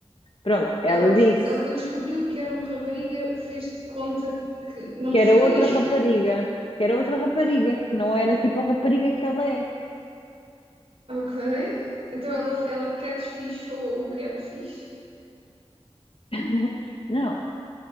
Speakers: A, on the left (about 55°); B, on the right (about 60°).
A: Pronto, ela
B: Ela,
A: disse
B: ela, quando descobriu que era uma rapariga, fez de conta que não
A: que
B: percebi.
A: era outra
B: <laughs>
A: rapariga, que era outra rapariga, que não era tipo a rapariga que ela é.
B: Ok. Então ela, ela catfishou o catfish.
A: <laughs> Não,